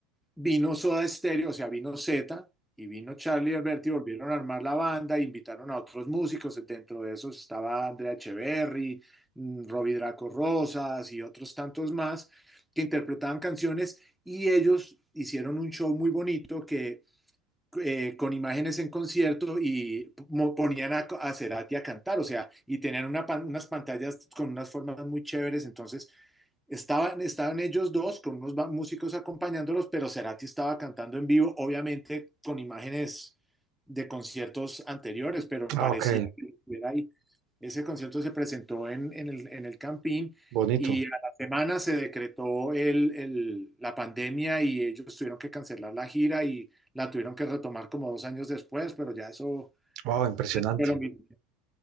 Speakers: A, in the centre; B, on the right.
A: Vino Soda Stereo, o sea, vino Zeta y vino Charlie y Alberti, volvieron a armar la banda, invitaron a otros músicos, dentro de esos estaba Andrea Echeverry, mm, Robbie Draco Rosas y otros tantos más que interpretaban canciones y ellos hicieron un show muy bonito que eh, con imágenes en concierto y mo- ponían a, a Cerati a cantar, o sea, y tenían una pan- unas pantallas con unas formas muy chéveres, entonces estaban, estaban ellos dos con unos ba- músicos acompañándolos, pero Cerati estaba cantando en vivo, obviamente con imágenes de conciertos anteriores, pero
B: Ah,
A: parecía
B: ok.
A: que estuviera ahí. Ese concierto se presentó en, en el, en el Campín
B: Bonito.
A: y a la semana se decretó el- el- la pandemia y ellos tuvieron que cancelar la gira y la tuvieron que retomar como dos años después, pero ya eso
B: Wow, impresionante.
A: fue lo mismo.